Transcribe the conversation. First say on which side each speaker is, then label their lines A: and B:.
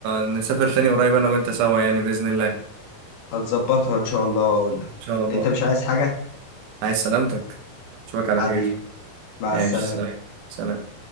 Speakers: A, on the right; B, on the left.
A: نسافر تاني قريب انا وانت سوا يعني بإذن الله ان
B: هتظبطها ان شاء الله واقول لك
A: شاء الله
B: انت مش عايز حاجة
A: عايز سلامتك اشوفك على
B: حبيبي
A: خير
B: مع
A: ماشي
B: السلامة
A: سلام سلام